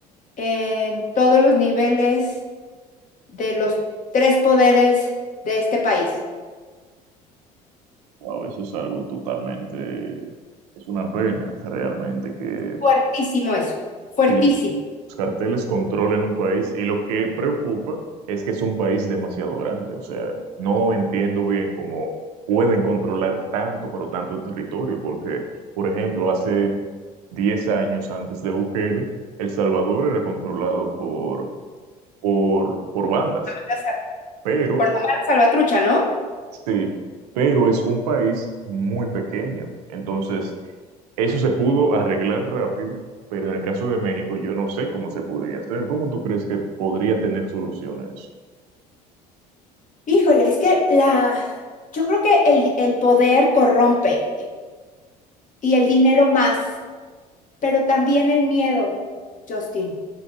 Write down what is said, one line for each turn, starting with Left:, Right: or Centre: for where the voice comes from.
Left: en todos los niveles de los tres poderes de este país.
Right: Wow, eso es algo totalmente, es una pena realmente que
Left: Fuertísimo eso, fuertísimo.
Right: que los carteles controlen un país y lo que preocupa es que es un país demasiado grande. O sea, no entiendo bien cómo pueden controlar tanto, pero tanto territorio, porque, por ejemplo, hace 10 años antes de Bukele, El Salvador era controlado por, por, por bandas,
Left: Por la sal-
Right: pero,
Left: mala salvatrucha, ¿no?
Right: sí, pero es un país muy pequeño. Entonces, Eso se pudo arreglar rápido, pero en el caso de México yo no sé cómo se podría hacer. ¿Cómo tú crees que podría tener soluciones?
Left: Híjole, es que la... Yo creo que el, el poder corrompe y el dinero más, pero también el miedo, Justin.